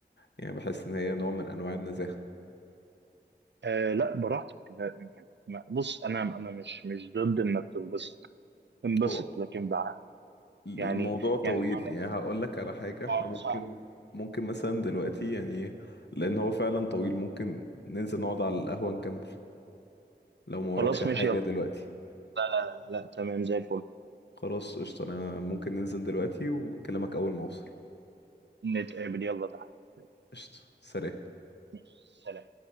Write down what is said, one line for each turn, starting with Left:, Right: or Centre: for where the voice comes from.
Left: يعني بحس ان هي نوع من انواع النزاهة
Right: آه لا براحتك لا، يعني ما- بص انا انا مش مش ضد انك تنبسط انبسط
Left: هو
Right: لكن بقى
Left: الموضوع
Right: يعني
Left: طويل
Right: يعني بمعنى
Left: يعني هقول لك على حاجة احنا
Right: آه،
Left: ممكن
Right: صح.
Left: ممكن مثلا دلوقتي يعني لان هو فعلا طويل ممكن ننزل نقعد على القهوة نكمل لو ما وراكش
Right: خلاص
Left: حاجة
Right: ماشي يلا
Left: دلوقتي
Right: آه، لا تمام زي الفل
Left: خلاص قشطة انا ممكن ننزل دلوقتي واكلمك اول ما اوصل
Right: نتقابل يلا تحت يلا،
Left: قشطة سلام
Right: ماشي، سلام